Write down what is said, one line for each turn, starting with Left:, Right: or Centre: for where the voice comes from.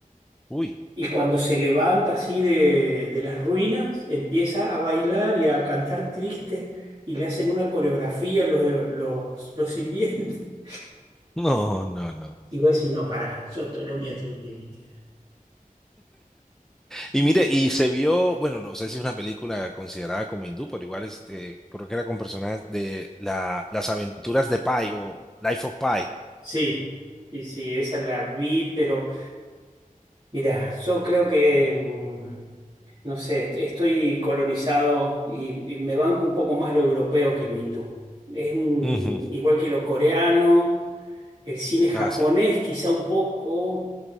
Centre: uy,
Right: Y cuando se levanta así de, de las ruinas, empieza a bailar y a cantar triste y le hacen una coreografía los, los, los sirvientes. <laughs>
Centre: no, no, no.
Right: Y voy a decir, no, pará, yo, t- lo mío tiene un límite.
Centre: Y mire, y se vio, bueno, no sé si es una película considerada como hindú, pero igual este, creo que era con personajes de la, las aventuras de Pi o Life of Pi.
Right: Sí, sí, sí, esa la vi, pero mira, yo creo que, mm, no sé, est- estoy colonizado y, y me banco un poco más lo europeo que lo hindú. Es un-
Centre: Ujú.
Right: igual que lo coreano. El cine japonés
Centre: Ah, sí.
Right: quizá un poco